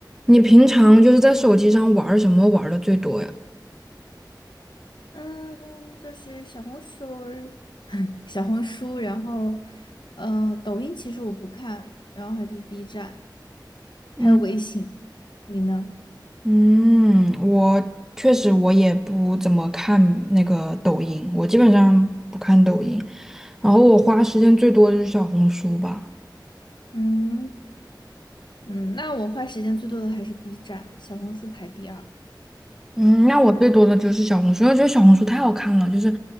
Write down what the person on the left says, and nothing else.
嗯，就是小红书儿，<laughs> 小红书，然后，呃，抖音其实我不看，然后还有就是 B 站，
还有微信。你呢？
嗯嗯，那我花时间最多的还是 B 站，小红书排第二。